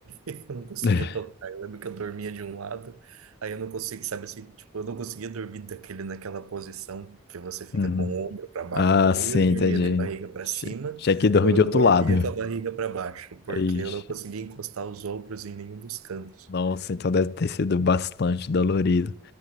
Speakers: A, on the right (about 85°); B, on the left (about 50°).
A: eu não conseguia
B: <laughs>
A: tocar. Eu lembro que eu dormia de um lado, aí eu não conseguia, sabe assim, tipo, eu não conseguia dormir daquele, naquela posição que você fica
B: uhum.
A: com o ombro para baixo,
B: Ah,
A: né? Ou
B: sim,
A: eu dormia
B: entendi.
A: de barriga para
B: Che-
A: cima,
B: Tinha que dormir
A: ou eu
B: de outro
A: dormia
B: lado.
A: com a barriga para baixo, porque
B: Ixi,
A: eu não conseguia encostar os ombros em nenhum dos cantos.
B: nossa, então deve ter sido bastante dolorido.